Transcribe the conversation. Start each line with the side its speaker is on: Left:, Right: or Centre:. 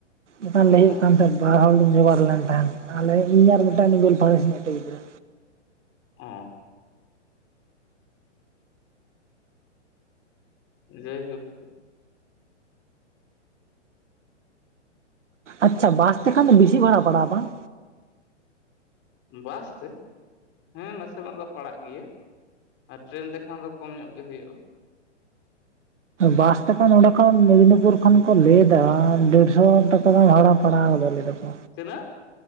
Right: ᱮᱠᱷᱟᱱ
Left: ᱚ
Right: ᱞᱮᱭ ᱦᱩᱭᱩᱜ ᱠᱟᱱ ᱛᱟᱦᱮᱸᱫ ᱵᱟᱨ ᱦᱚᱲᱤᱧ ᱡᱚᱜᱟᱲ ᱞᱮᱱ ᱛᱟᱦᱮᱸᱫ, ᱟᱞᱮ ᱤᱧ ᱟᱨ ᱢᱤᱫᱴᱟᱝ ᱵᱮᱞᱯᱟᱦᱟᱲᱤ ᱥᱮᱱᱤᱡ ᱢᱤᱫᱴᱮᱱ ᱜᱤᱫᱽᱨᱟᱹ᱾
Left: ᱚ ᱡᱟᱭ ᱦᱳᱠ,
Right: ᱟᱪᱪᱷᱟ ᱵᱟᱥ ᱛᱮ ᱠᱷᱟᱱ ᱫᱚ ᱵᱮᱥᱤ ᱵᱷᱟᱲᱟ ᱯᱟᱲᱟᱜ-ᱟ ᱵᱟᱝ?
Left: ᱵᱟᱥ ᱛᱮ, ᱦᱮᱸ ᱱᱟᱥᱮᱱᱟᱜ ᱫᱚ ᱯᱟᱲᱟᱜ ᱜᱮᱭᱟ ᱟᱨ ᱴᱨᱮᱱ ᱛᱮᱠᱷᱟᱱ ᱫᱚ ᱠᱚᱢ ᱧᱚᱜ ᱜᱮ ᱦᱩᱭᱩᱜ-ᱟ᱾
Right: ᱵᱟᱥ ᱛᱮᱠᱷᱟᱱ ᱱᱚᱰᱮ ᱠᱷᱚᱱ ᱢᱮᱫᱽᱱᱤᱯᱩᱨ ᱠᱷᱚᱱ ᱠᱚ ᱞᱟᱹᱭ ᱮᱫᱟ ᱫᱮᱲᱥᱚ ᱴᱟᱠᱟ ᱜᱟᱱ <unintelligible> ᱯᱲᱟᱣ ᱫᱟ ᱞᱮᱫᱟ ᱠᱚ᱾
Left: ᱛᱤᱱᱟᱹᱜ?